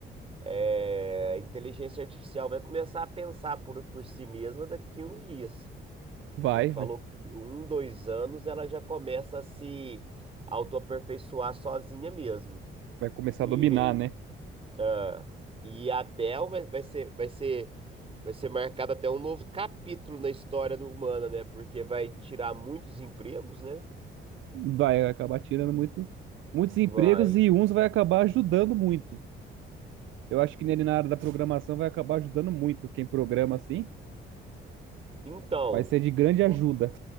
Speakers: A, on the right (about 30°); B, on the right (about 80°).
A: É, a inteligência artificial vai começar a pensar por, por si mesma daqui a uns dias.
B: Vai,
A: Ele falou
B: vai,
A: que um, dois anos ela já começa a se autoaperfeiçoar sozinha mesmo.
B: vai começar
A: E,
B: a dominar, né?
A: <laughs> ah, e até vai, vai ser, vai ser, vai ser marcado até um novo capítulo na história do humana, né? Porque vai tirar muitos empregos, né?
B: Vai acabar tirando muito, muitos empregos
A: Vai.
B: e uns vai acabar ajudando muito. Eu acho que nele na área da programação vai acabar ajudando muito. Quem programa assim
A: Então,
B: vai ser de grande
A: u-
B: ajuda